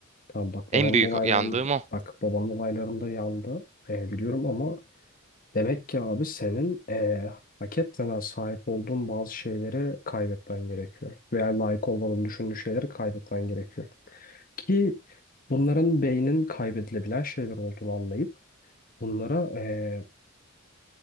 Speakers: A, on the left (about 40°); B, on the right (about 30°).
A: Tamam bak
B: En
A: babamın
B: büyük
A: olaylarında
B: yandığım o.
A: bak babamın olaylarında yandı. Ee, biliyorum ama Demek ki abi senin eee hak etmeden sahip olduğun bazı şeyleri kaybetmen gerekiyor. Veya layık olmadığını düşündüğün şeyleri kaybetmen gerekiyor. Ki bunların beynin kaybedilebilen şeyler olduğunu anlayıp bunlara eee,